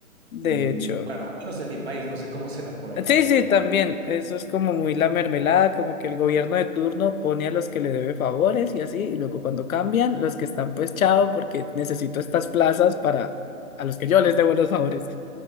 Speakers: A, on the left; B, on the right.
A: De
B: Y
A: hecho.
B: bueno, al menos en mi país, no sé cómo será por allá,
A: Sí,
B: pero
A: sí, también.
B: bueno.
A: Eso es como muy la mermelada, como que el gobierno de turno pone a los que le debe favores y así, y luego cuando cambian, los que están pues chao, porque necesito estas plazas para a los que yo les debo los favores.